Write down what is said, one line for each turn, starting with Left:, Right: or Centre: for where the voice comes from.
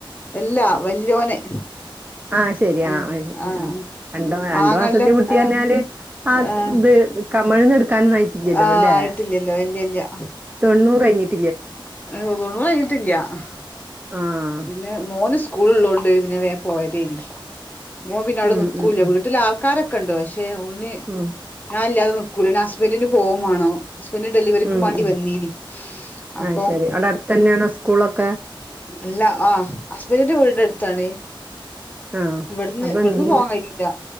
Left: അല്ലാ വല്യോനെ
Right: ആ ശരിയാ
Left: ആഹ്
Right: ഉം
Left: ആഹ്
Right: ഉം രണ്ട് രണ്ടു
Left: ആങ്ങൾന്റെ
Right: മാസത്തെ കുട്ടി
Left: ആഹ്
Right: പറഞ്ഞാല് ആ
Left: ആഹ്
Right: ഇത് മഴന്ന് ട്ക്കാനൊന്നായിട്ടില്ല്യല്ലോ
Left: ആഹ്
Right: ലേ
Left: ആയിട്ടില്ലല്ലോ ഇല്ല്യ ഇല്ല്യ
Right: തൊണ്ണൂറഞ്ഞിട്ട് <unintelligible>
Left: <unintelligible>
Right: ആഹ്
Left: പിന്നെ മോന് സ്കൂള് ഉള്ളോണ്ട് പിന്നെ വേഗം പോയതേനി ഓൻ പിന്നെ അവിടെ
Right: ഉം
Left: നിക്കൂല
Right: ഉം ഉം
Left: വീട്ടില് ആൾക്കാരൊക്കെയുണ്ട് പക്ഷെ ഓന്
Right: ഉം
Left: ഞാനില്ലാതെ <unintelligible> പോകുവേം വേണം ഹസ്ബൻഡ് ഡെലിവറിക്ക്
Right: ഉം
Left: മാണ്ടി
Right: ഉം
Left: വന്നീനി അപ്പം
Right: ആഹ് ശരി അവിടെ അടുത്ത് തന്നെയാണോ സ്കൂളൊക്കെ
Left: എല്ലാ ആഹ ഹസ്ബൻറിന്റെ വീടിന്റെ അടുത്താണ്
Right: ആഹ്
Left: ഇവിടുന്ന്
Right: അപ്പൊ
Left: ഇവിടുന്ന്
Right: നിങ്ങ
Left: പോവാൻ കഴിയൂല